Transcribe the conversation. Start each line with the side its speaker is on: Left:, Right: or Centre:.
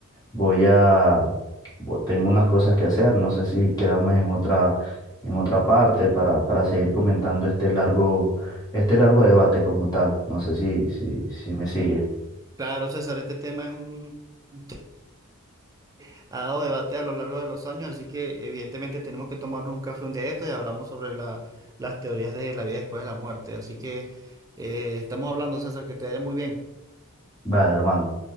Left: Voy a, bo- tengo unas cosas que hacer, no sé si quedamos en otra, en otra parte para, para seguir comentando este largo, este largo debate como tal. No sé si, si, si me sigue.
Right: claro, César, este tema es un, un tema que ha dado debate a lo largo de los años, así que evidentemente tenemos que tomarnos un café un día de esto y hablamos sobre la- las teorías de la vida después de la muerte. Así que eh, estamos hablando, César, que te vaya muy bien.
Left: Vale, hermano.